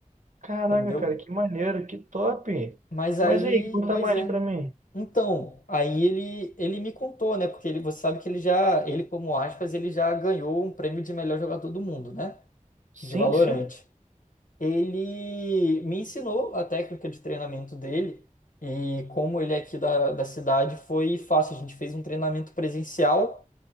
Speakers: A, on the right (about 65°); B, on the left (about 75°).
A: Caraca,
B: Entendeu?
A: cara, que maneiro, que top.
B: Mas aí,
A: Mas aí, conta
B: pois
A: mais
B: é.
A: pra mim.
B: Então, aí ele, ele me contou, né? Porque ele, você sabe que ele já, ele como aspas, ele já ganhou um prêmio de melhor jogador do mundo, né?
A: Sim,
B: De Valorant.
A: sim.
B: Ele me ensinou a técnica de treinamento dele e como ele é aqui da, da cidade foi fácil. A gente fez um treinamento presencial.